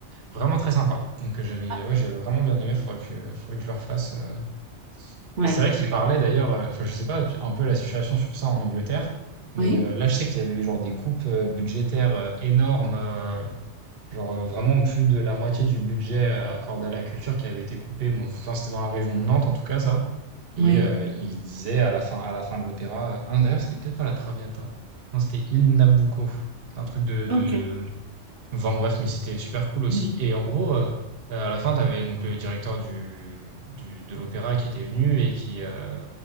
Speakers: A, on the right (about 55°); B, on the right (about 75°).
A: Vraiment très sympa. Donc, heu, j'avais
B: Ah.
A: ouais, j'avais vraiment bien aimé, faudrait que faudrait que je le refasse, heu
B: Ouais.
A: et c'est vrai qu'il Ouais. parlait d'ailleurs, heu, enfin, je sais pas tu un peu la situation sur ça en Angleterre, mais
B: Oui.
A: heu, là, je sais qu'il y avait eu genre des coupes, heu, budgétaires, heu, énormes, heu, genre, heu, vraiment plus de la moitié du budget, heu, accordé à la culture qui avait été coupé. Bon, enfin, c'était dans la région de Nantes, en tout cas, ça et
B: Oui.
A: heu, il disait à la fin à la fin de l'opéra, heu ah d'ailleurs, c'était peut-être pas la Traviata. Non, c'était Il Nabucco. C'est un truc de de
B: Ok.
A: Enfin bref, mais c'était super cool aussi.
B: Mm.
A: Et en gros, heu, à la fin, t'avais donc le directeur du du de l'opéra qui était venu et qui, heu,